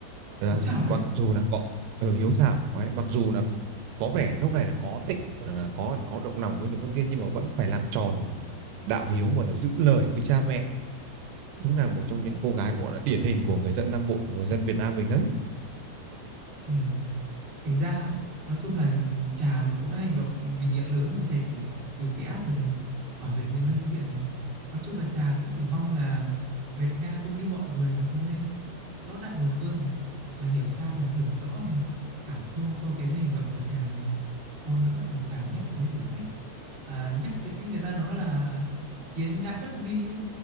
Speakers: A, on the right (about 80°); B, on the right (about 50°).
A: đó.
B: Hiếu thảo
A: mặc
B: đấy.
A: dù là có ừ, hiếu thảo Đấy. mặc dù là có vẻ lúc này là có thích là có có động lòng với Lục Vân Tiên nhưng mà vẫn phải làm tròn đạo hiếu gọi là giữ lời với cha mẹ đúng là một trong những cô gái cũng gọi là điển hình của người dân Nam Bộ, người dân Việt Nam mình đấy.
B: Ừ. Thành ra á, nói chung là chàng thì cũng đã hành động vì nghĩa lớn rồi chè cái, trừ cái ác rồi này, bảo vệ người nương thiện này. Nói chung là chàng cũng chỉ mong là Nguyệt Nga cũng như mọi người mà thôi. Rõ đặng nguồn cơn này, là hiểu sao là hiểu rõ này, cảm thông cho cái với hành động của chàng này. Sau nữa thì chàng nhắc tới sử sách là nhắc tới cái người ta nói là kiến ngãi bất vi ấy.